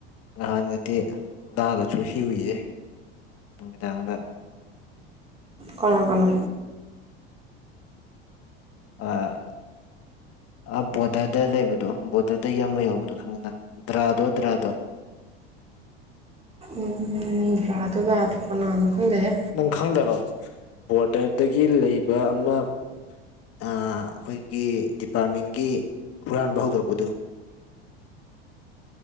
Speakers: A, on the left; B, on the right.
A: ꯉꯥꯍꯥꯟꯒꯗꯤꯗꯥꯒꯁꯨ ꯍꯦꯎꯏꯌꯦ ꯅꯨꯃꯤꯗꯥꯡꯗ
B: ꯀꯔꯒꯅꯣ
A: ꯑꯥ ꯑ ꯕꯣꯗꯗ ꯂꯩꯕꯗꯣ ꯕꯣꯗꯗ ꯌꯥꯝꯃ ꯌꯥꯎꯕꯗꯣ ꯈꯪꯉꯤꯅ ꯗ꯭ꯔꯥꯗꯣ ꯗ꯭ꯔꯥꯗꯣ
B: ꯎꯝ ꯔꯗꯣ ꯔꯗꯣ ꯀꯅꯥꯅꯣ ꯈꯗꯦꯍꯦ
A: ꯅꯪ ꯈꯪꯗꯕ ꯕꯣꯔꯗꯔꯗꯒꯤ ꯂꯩꯕ ꯑꯃ ꯑꯥ ꯈꯣꯏꯒꯤ ꯗꯤꯄꯥꯔꯠꯃꯦꯟꯒꯤ ꯍꯨꯔꯥꯟꯕ ꯍꯧꯗꯣꯔꯛꯄꯗꯨ